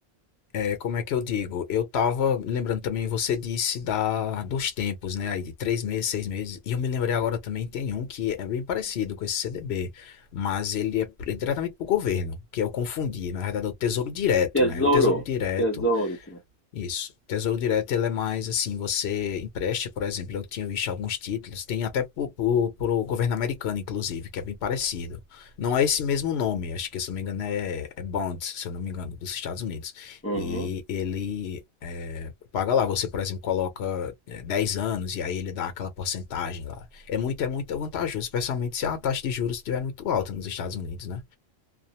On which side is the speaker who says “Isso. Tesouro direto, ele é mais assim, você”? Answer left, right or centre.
Left